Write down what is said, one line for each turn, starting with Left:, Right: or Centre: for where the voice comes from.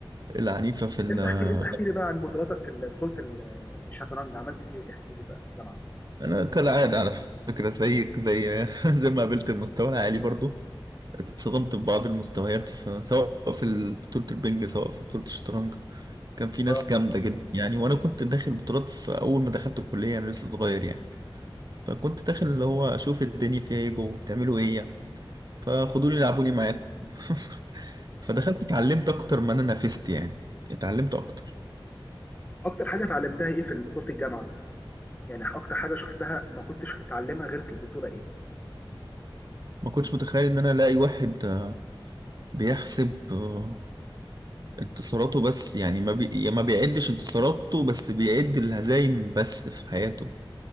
Right: العنيفة في الجامعة
Left: انت احكي انت احكي لي بقى عن بطولاتك ال- بطوله الشطرنج عملت فيها ايه احكي لي بقى في الجامعه
Right: انا كالعادة على فكرة زيك زي <laughs> زي ما قابلت المستوى العالي برضو اتصدمت ببعض المستويات في سواء في ال- بطولة البنج سواء في بطولة الشطرنج كان في ناس
Left: اه
Right: جامدة جدا يعني وأنا كنت داخل بطولات في أول ما دخلت الكلية أنا لسه صغير يعني فكنت داخل اللي هو أشوف الدنيا فيها إيه جوه بتعملوا إيه يعني فخدوني لعبوني معاكم <laughs> فدخلت اتعلمت أكتر ما أنا نافست يعني اتعلمت أكتر
Left: اكتر حاجه اتعلمتها ايه في بطوله الجامعه يعني اكتر حاجه شفتها ما كنتش هتتعلمها غير في البطوله ايه
Right: ما كنتش متخيل إن أنا ألاقي واحد آه، بيحسب آه، انتصاراته بس يعني ما بي... ما بيعدش انتصاراته بس بيعد الهزايم بس في حياته